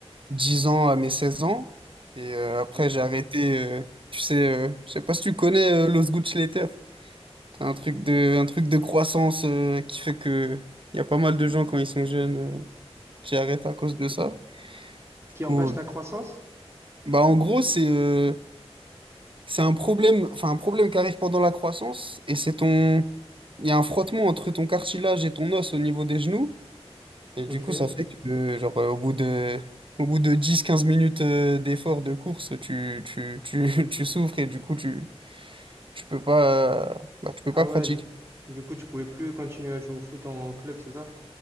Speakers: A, on the right (about 55°); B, on the right (about 25°).
A: 10 ans à mes 16 ans. Et euh, après,
B: Ok.
A: j'ai arrêté. euh, tu sais, euh, je sais pas si tu connais euh, Los Gutzletter. C'est un truc de, un truc de croissance euh, qui fait que il y a pas mal de gens quand ils sont jeunes euh, qui arrêtent à cause de ça. Du
B: Qui
A: coup,
B: empêche ta croissance?
A: bah, en gros, c'est. euh, C'est un problème, enfin un problème qui arrive pendant la croissance et c'est ton, il y a un frottement entre ton cartilage et ton os au niveau des genoux et
B: Ok.
A: du coup ça fait que genre euh, au bout de au bout de dix quinze minutes euh, d'effort de course tu, tu, tu, <laughs> tu souffres et du coup tu tu peux pas euh, bah, tu peux
B: Ah
A: pas pratiquer.
B: ouais, du coup, tu pouvais plus continuer à jouer au foot en club, c'est ça?